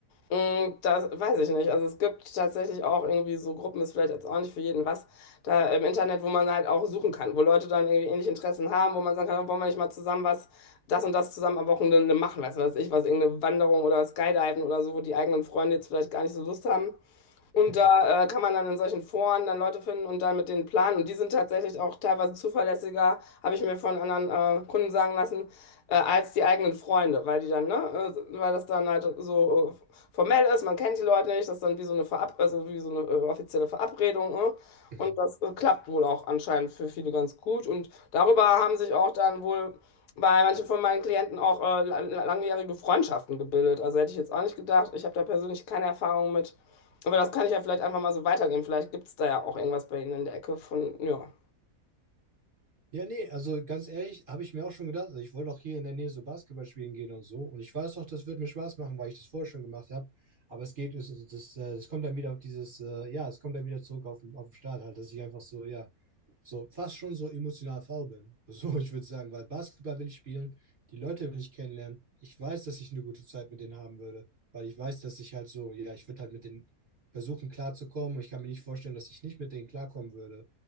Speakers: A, on the left (about 80°); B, on the right (about 35°).
A: mh, das weiß ich nicht. Also es gibt tatsächlich auch irgendwie so Gruppen, ist vielleicht jetzt auch nicht für jeden was, da im Internet, wo man halt auch suchen kann, wo Leute dann irgendwie ähnliche Interessen haben, wo man sagen kann, wollen wir nicht mal zusammen was das und das zusammen am Wochenende machen, was weiß ich, was irgendeine Wanderung oder Skydiven oder so, wo die eigenen Freunde jetzt vielleicht gar nicht so Lust haben. Und
B: Mhm.
A: da äh, kann man dann in solchen Foren dann Leute finden und dann mit denen planen. Und die sind tatsächlich auch teilweise zuverlässiger, habe ich mir von anderen äh, Kunden sagen lassen, äh, als die eigenen Freunde, weil die dann, ne, äh, weil das dann halt so äh, formell ist, man kennt die Leute nicht, das ist dann wie so eine Verab also wie so eine äh, offizielle Verabredung. Ne?
B: Mhm.
A: Und das äh, klappt wohl auch anscheinend für viele ganz gut. Und darüber haben sich auch dann wohl bei manchen von meinen Klienten auch äh, la- langjährige Freundschaften gebildet. Also hätte ich jetzt auch nicht gedacht. Ich habe da persönlich keine Erfahrung mit. Aber das kann ich ja vielleicht einfach mal so weitergeben. Vielleicht gibt es da ja auch irgendwas bei Ihnen in der Ecke von, ja.
B: Ja, nee, also ganz ehrlich, habe ich mir auch schon gedacht, also ich wollte auch hier in der Nähe so Basketball spielen gehen und so. Und ich weiß auch, das wird mir Spaß machen, weil ich das vorher schon gemacht habe. Aber es geht, es, es- das, äh, das kommt dann wieder auf dieses, äh, ja, es kommt dann wieder zurück auf, den- auf den Start halt, dass ich einfach so, ja, so fast schon so emotional faul bin. <laughs> So, ich würde sagen, weil Basketball will ich spielen, die Leute will ich kennenlernen. Ich weiß, dass ich eine gute Zeit mit denen haben würde, weil ich weiß, dass ich halt so, ja, ich würde halt mit denen versuchen klarzukommen und ich kann mir nicht vorstellen, dass ich nicht mit denen klarkommen würde.